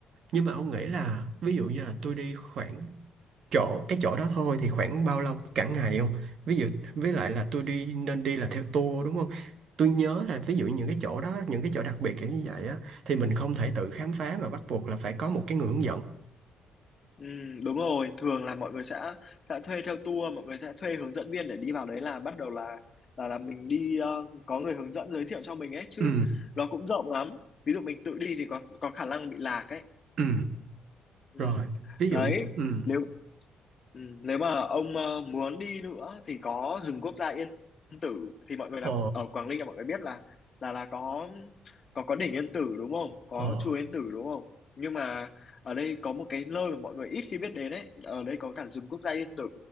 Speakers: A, on the right; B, on the left.
A: nhưng mà ông nghĩ là ví dụ như là tôi đi khoảng chỗ cái chỗ đó thôi thì khoảng bao lâu cả ngày không? Ví dụ với lại là tôi đi nên đi là theo tour đúng không? Tôi nhớ là ví dụ những cái chỗ đó những cái chỗ đặc biệt kiểu như vậy á thì mình không thể tự khám phá mà bắt buộc là phải có một cái người hướng dẫn.
B: ừ, đúng rồi thường là mọi người sẽ sẽ thuê theo tour mọi người sẽ thuê hướng dẫn viên để đi vào đấy là bắt đầu là là là mình đi ờ, có người hướng dẫn giới thiệu cho mình ấy chứ
A: Ừ,
B: nó cũng rộng lắm ví dụ mình tự đi thì có có khả năng bị lạc ấy
A: ừ.
B: ừ.
A: Rồi, ví dụ
B: đấy
A: như ừ.
B: nếu Ừ, nếu mà ông ờ, muốn đi nữa thì có rừng quốc gia Yên Tử thì mọi người là
A: Ờ,
B: ở Quảng Ninh là mọi người biết là là là có có có đỉnh Yên Tử đúng không? Có
A: ờ.
B: chùa Yên Tử đúng không? Nhưng mà ở đây có một cái nơi mà mọi người ít khi biết đến ấy, ở đây có cả rừng quốc gia Yên Tử